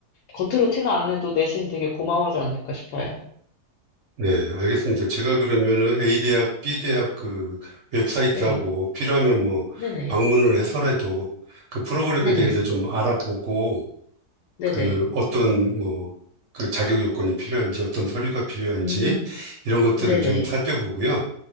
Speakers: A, on the left; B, on the right.
A: 겉으로 티는 안 내도 내심 되게 고마워하지 않을까 싶어요.
B: 네, 알겠습니다. 제가 그러면은 A 대학, B 대학 그 웹사이트하고
A: 네.
B: 필요하면 뭐
A: 네네.
B: 방문을 해서라도 그 프로그램에
A: 네네.
B: 대해서 좀 알아보고
A: 네네.
B: 그 어떤 뭐 그 자격 요건이 필요한지 어떤 서류가 필요한지
A: 음,
B: 이런 것들을
A: 네네.
B: 좀 살펴보고요.